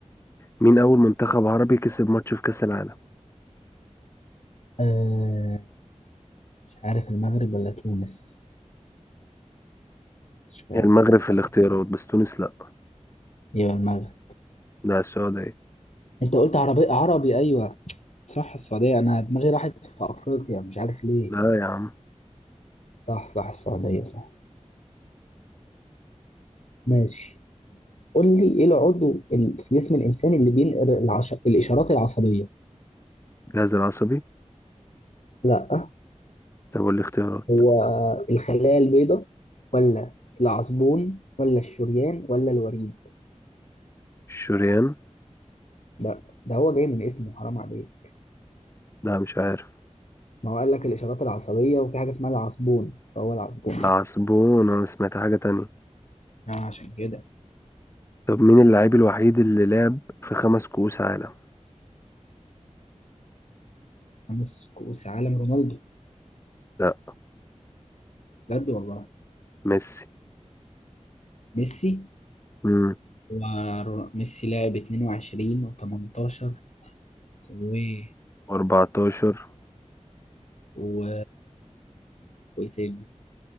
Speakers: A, on the left (about 20°); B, on the left (about 65°).
A: مين اول منتخب عربي كسب ماتش في كأس العالم
B: آه مش عارف المغرب ولا تونس مش فاكر
A: هي المغرب
B: الصراحة
A: في الاختيارات بس تونس لا
B: يبقى المغرب
A: لا السعودية
B: انت قلت عربي عربي ايوه صح السعودية انا دماغي راحت في افريقيا مش عارف ليه
A: لا يا عم
B: صح صح السعودية صح ماشي قول لي ايه العضو ال- في جسم الانسان اللي بينقل العش... الاشارات العصبية
A: جهاز العصبي
B: لا
A: طب والاختيارات
B: هو الخلايا البيضاء ولا العصبون ولا الشريان ولا الوريد
A: الشريان
B: ده ده هو جاي من اسمه حرام عليك
A: لا مش عارف
B: ما هو قال لك الإشارات العصبية وفي حاجة اسمها العصبون فهو العصبون
A: العصبون
B: ده
A: انا سمعت حاجة تانية
B: يعني عشان كده
A: طب مين اللاعب الوحيد اللي لعب في خمس كؤوس عالم
B: خمس كؤوس عالم رونالدو
A: لا
B: بجد والله
A: ميسي
B: ميسي
A: امم
B: وميسي لعب 22 و18 و14
A: 14
B: و وايه تاني